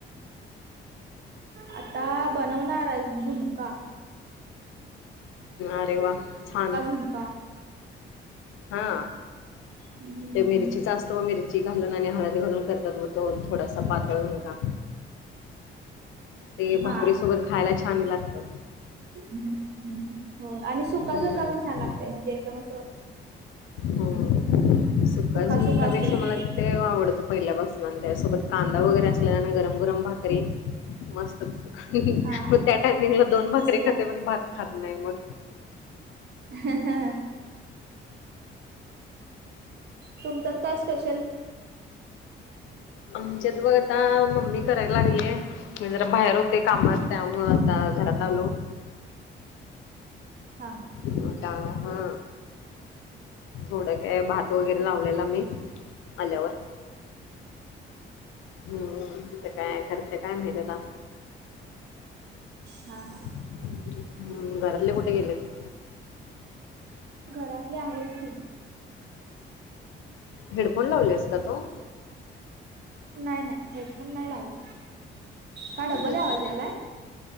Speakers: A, on the right (about 55°); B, on the left (about 80°).
A: आता बनवणार आहे झुणका.
B: अरे वा छान.
A: का..
B: हा
A: हम्म
B: ते मिरचीचा असतो मिरची घालून आणि हळद घालून करतात बग तो थोडासा पातळ झुणका. ते भाकरीसोबत
A: हा
B: खायाला छान लागतं.
A: <unintelligible> हो आणि सुका
B: हम्म
A: झुणका पण छान लागतंय म्हणजे एकदम असं
B: हो सुका
A: सुखा
B: झुणकापेक्षा
A: सुखा असते
B: मला
A: तो
B: ते आवडतो पहिल्यापासून. आणि त्याच्यासोबत कांदा वगैरे असल्या गरम -गरम भाकरी मस्तच.
A: हा
B: मग त्या टायमिंगला दोन
A: मस्त
B: भाकरी खाते, पण भात खात नाही मग.
A: हा हा तुमच्यात काय स्पेशल?
B: आमच्यात बघ आता मम्मी कराय लागल्या. मी जरा बाहेर होते कामात त्यामुळं आता घरात आलो.
A: हा
B: म आता हा थोडं काय भात वगैरे मी लावलेला मी आल्यावर हम्म काय करत्या काय माहिती आता.
A: हा हा
B: हम्म घरातले कुठे गेलेत.
A: घरातले आहेत की.
B: हेडफोन लावलेस का तु?
A: नाही नाही हेडफोन नाही लावला का डबल
B: नाही
A: आवाज
B: का
A: यालाय.